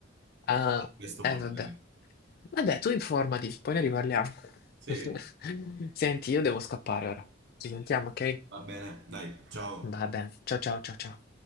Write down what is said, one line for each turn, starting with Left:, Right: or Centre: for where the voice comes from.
Left: Ah,
Right: Questo
Left: eh
Right: potere.
Left: vabbè. Vabbè, tu informati, poi ne riparliamo.
Right: Sì.
Left: <laughs> Senti, io devo scappare ora. Ci sentiamo, ok?
Right: Va bene, dai, ciao.
Left: Va bene. Ciao ciao ciao ciao.